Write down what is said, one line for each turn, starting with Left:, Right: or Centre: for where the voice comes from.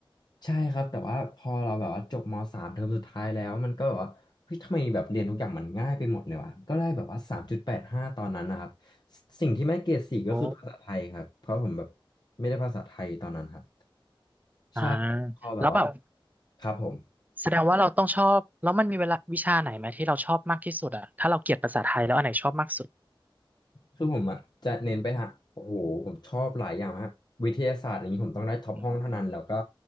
Left: ใช่ครับแต่ว่าพอเราแบบว่าจบมสามเทอมสุดท้ายแล้วมันก็แบบว่าเฮ้ยทำไมแบบเรียนทุกอย่างมันง่ายไปหมดเลยวะก็ได้แบบว่าสามจุดแปดห้าตอนนั้นนะครับสิ่งที่ไม่เกรดสี่ก็คือภาษาไทยครับเพราะผมแบบ
Right: โอ้
Left: ไม่ได้ภาษาไทยตอนนั้นครับ
Right: อ่า
Left: ใช่ครับก็แบบว่า
Right: แล้วแบบ
Left: ครับผม
Right: แสดงว่าเราต้องชอบแล้วมันมีเวลาวิชาไหนไหมที่เราชอบมากที่สุดอ่ะถ้าเราเกลียดภาษาไทยแล้วอันไหนชอบมากสุด
Left: คือผมอ่ะจะเน้นไปทางโอ้โหผมชอบหลายอย่างมากวิทยาศาสตร์อย่างนี้ผมต้องได้ท็อปห้องเท่านั้นแล้วก็
Right: อ